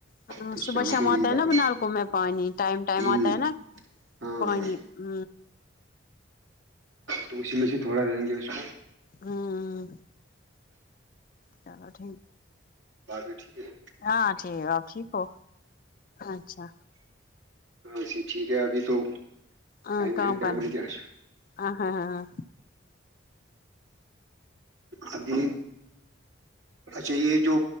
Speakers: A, on the left (about 45°); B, on the right (about 70°).
A: ہ
B: تو
A: صبح شام
B: کو یہی
A: آتا ہے
B: کرو
A: نا بنال کو میں پانی ٹائم ٹائم
B: ہ
A: آتا ہے نا
B: ہاں
A: پانی
B: ہاں
A: ہ
B: تو اسی میں سے تھوڑا دیں گے اس کو
A: ہوں چلو ٹھیک
B: باقی ٹھیک ہے
A: ہاں ٹھیک آپ ٹھیک ہو اچھا
B: ہاں جی ٹھیک ہے ابھی تو
A: ہاں
B: ائمیاتے
A: کام کرنا
B: ا ر ج آس
A: ہاں ہاں ہاں
B: ابھی اچھا یہ جو